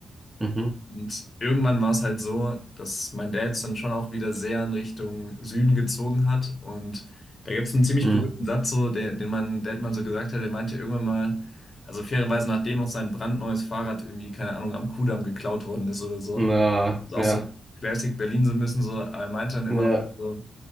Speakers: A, on the right; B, on the left.
A: mhm,
B: Und irgendwann war es halt so, dass mein Dad es dann schon auch wieder sehr in Richtung Süden gezogen hat. Und da gibt es einen ziemlich
A: mhm.
B: berühmten Satz, so, der, den mein Dad mal so gesagt hat. Der meinte irgendwann mal, also fairerweise, nachdem auch sein brandneues Fahrrad irgendwie, keine Ahnung, am Kudamm geklaut worden ist oder so.
A: Na,
B: ist auch
A: ja,
B: so Classic Berlin so ein bisschen so. Aber er meinte dann immer
A: ja,
B: noch so,